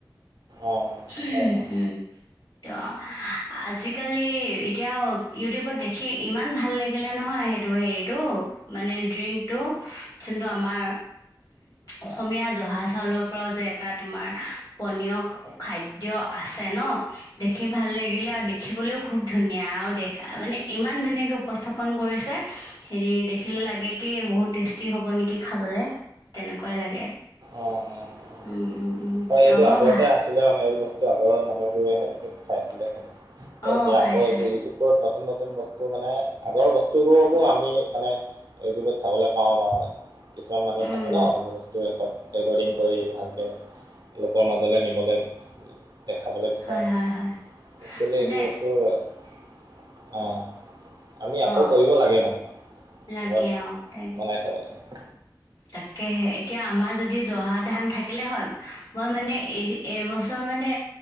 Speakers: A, on the right; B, on the left.
A: অঁ
B: <unintelligible>
A: হয় হয়
B: ত আজিকালি এতিয়াও ইউটিউবত দেখ সেই ইমান ভাল লাগিলে নহয় সেইটো হেৰিটো মানে ড্ৰিংকটো যোনটো আমাৰ অসমীয়া জহা চাউলৰ পৰাও যে এটা তোমাৰ পনীয় খাদ্য আছে ন দেখি ভাল লাগিলে
A: উম,
B: আৰু দেখিবলেও খুব ধুনীয়া আৰু দেখ মানে ইমান ধুনীয়াকে উপস্থাপন কৰিছে হেৰি দেখিলে লাগে কি বহুত টেষ্টি হ'ব নেকি খাব লে তেনেকুৱাই লাগে
A: অঁ অঁ অঁ
B: উম উম।
A: হয়
B: তেওঁ
A: এইটো
B: মই
A: আগৰতে
B: ভা
A: আছিলে মানে এই বস্তু আগৰ মানুহবোৰে সেনে খাইছিলে চাগে। হয়
B: অঁ
A: এতিয়া
B: খাইছিলে
A: আকৌবোৰ ইউটিউব নতুন নত তুন বস্তু মানে আগৰ বস্তুবোৰকো আমি মানে ইউটিউবত চাবলৈ পাওঁ বা কিছুমান মানুহ
B: উম
A: থাকে ন সেইবোৰ বস্তু ৰেক ৰেকৰ্ডিং কৰি ভালকে লোকৰ মাজলৈ নিবলে দেখাবলে বিচাৰে।
B: হয়
A: একচুৱেলি
B: হয় হয় মানে
A: এইবোৰ বস্তু অ'। আমি আকৌ
B: অঁ
A: কৰিব লাগে মানে ঘৰত
B: লাগে অঁ তাকে
A: বনাই চাব লাগে।
B: তাকেহে এতিয়া আমাৰ যদি জহা ধান থাকিলে হয়, মই মানে এইবছৰ মানে